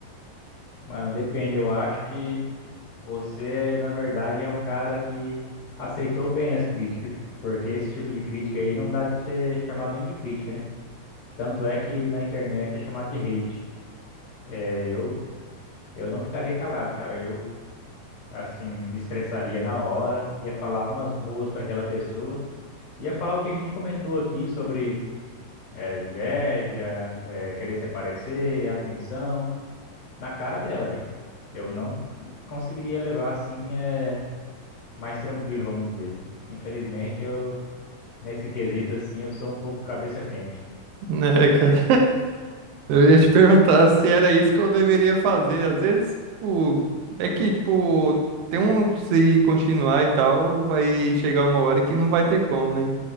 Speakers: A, on the left; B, on the right.
A: Mano, depende. Eu acho
B: <laughs>
A: que você, na verdade, é um cara que aceitou bem as críticas, porque esse tipo de crítica aí não dá de ser chamado nem de crítica, né? Tanto é que na internet é chamado de hate. É, eu, eu não ficaria calado, cara. Eu, assim, me estressaria na hora, ia falar umas boas pra aquela pessoa, ia falar o que a gente comentou aqui sobre. É, inveja, é, querer se aparecer, atenção, na cara dela, velho. Eu não conseguiria levar assim, é, mais tranquilo, vamos dizer. Infelizmente, eu, nesse quesito, assim, eu sou um pouco cabeça quente.
B: Né, cara? Eu ia te <laughs> perguntar se era isso que eu deveria fazer. Às vezes, tipo, é que, tipo, tem um que se continuar e tal, vai chegar uma hora que não vai ter como, né?